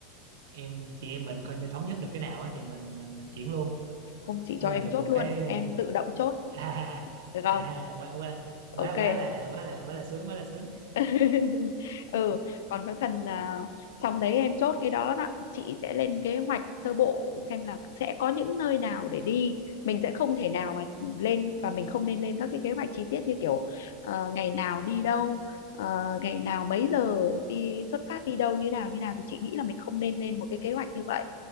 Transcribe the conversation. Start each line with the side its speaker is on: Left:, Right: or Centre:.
Right: em chị em mình coi như thống nhất được cái nào á thì mình mình, mình chuyển luôn
Left: Không chị
Right: đó
Left: cho
Right: là
Left: em
Right: được
Left: chốt
Right: một
Left: luôn,
Right: cái ờ,
Left: em tự động chốt,
Right: <laughs> à,
Left: được
Right: à
Left: không?
Right: quá quá quá
Left: Ok.
Right: quá là quá là quá là sướng quá là sướng
Left: <laughs> ừ còn với phần à, xong đấy em chốt cái đó đó chị sẽ lên kế hoạch sơ bộ xem là sẽ có những nơi nào để đi mình sẽ không thể nào mà lên và mình không nên lên các cái kế hoạch chi tiết như kiểu ờ, ngày nào đi đâu ờ, ngày nào mấy giờ đi xuất phát đi đâu như nào như nào thì chị nghĩ là mình không nên lên một cái kế hoạch như vậy